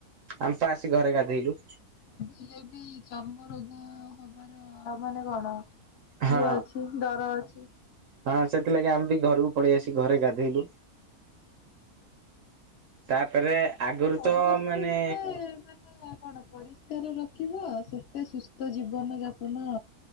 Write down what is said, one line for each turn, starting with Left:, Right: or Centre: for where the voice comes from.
Right: ଆମ୍ ପା ଆସି ଘରେ ଗାଧୋଇଲୁ।
Left: ହେଲେ ବି ଚର୍ମ ରୋଗ ହବାର ମାନେ କଣ
Right: ହଁ
Left: ଇଏ ଅଛି। ଡର ଅଛି।
Right: ହଁ ସେଥିଲାଗି ଆମେ ବି ଘରକୁ ପଳେଇ ଆସିି ଘରେ ଗାଧେଇଲୁ। ତାପରେ ଆଗରୁ
Left: ପରିବେଶକୁ
Right: ତ ମାନେ
Left: ଯେତେ ମାନେ କଣ ପରିଷ୍କାର ର ଦେଖିବ ସେତେ ସୁସ୍ଥ ଜୀବନ ଯାପନ